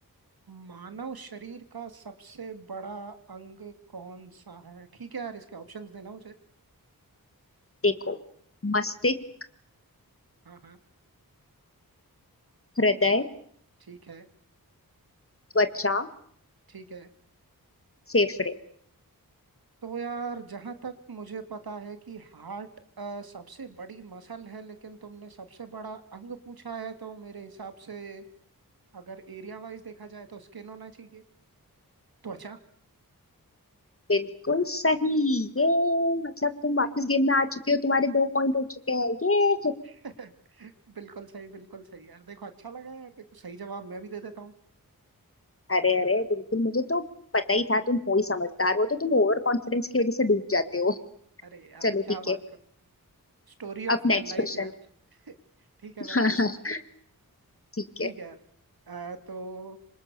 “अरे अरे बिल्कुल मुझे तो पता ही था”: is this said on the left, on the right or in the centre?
Left